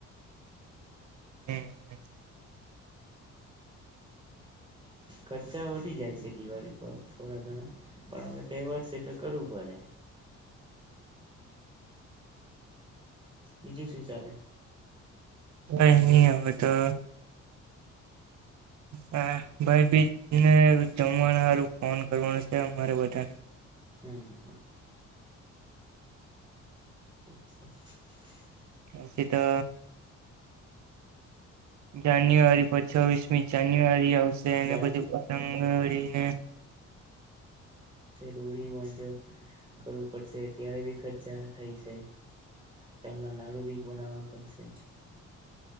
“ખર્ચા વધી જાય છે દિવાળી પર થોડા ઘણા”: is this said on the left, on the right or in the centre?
Right